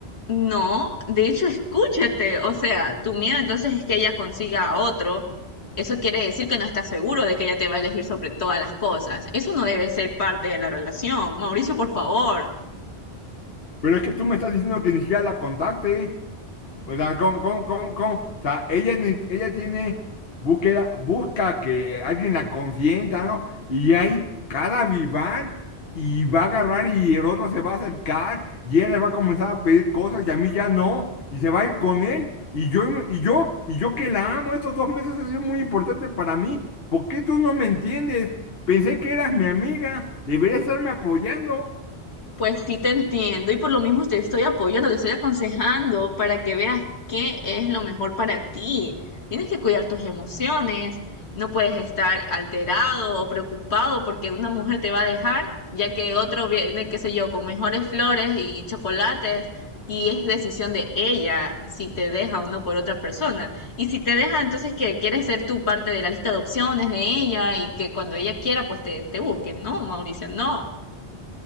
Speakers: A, on the left (about 80°); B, on the left (about 65°).
A: No, de hecho, escúchate, o sea, tu miedo entonces es que ella consiga a otro. Eso quiere decir que no estás seguro de que ella te va a elegir sobre todas las cosas. Eso no debe ser parte de la relación. Mauricio, por favor,
B: pero es que tú me estás diciendo que ni siquiera la contacte. O sea, ¿cómo, cómo, cómo, cómo? O sea, ella, ni- ella tiene búsqueda, busca que alguien la consienta, ¿no? Y hay cada vivar y va a agarrar y el otro se va a acercar y ella le va a comenzar a pedir cosas y a mí ya no. Y se va a ir con él. Y yo, y yo, y yo que la amo, estos dos meses han sido muy importantes para mí. ¿Por qué tú no me entiendes? Pensé que eras mi amiga, deberías estarme apoyando.
A: Pues sí te entiendo y por lo mismo te estoy apoyando, te estoy aconsejando para que veas qué es lo mejor para ti. Tienes que cuidar tus emociones, no puedes estar alterado o preocupado porque una mujer te va a dejar, ya que otro viene, qué sé yo, con mejores flores y chocolates y es decisión de ella si te deja o no por otra persona. Y si te deja, entonces que quieres ser tú parte de la lista de opciones de ella y que cuando ella quiera, pues te, te busque. No, Mauricio, no.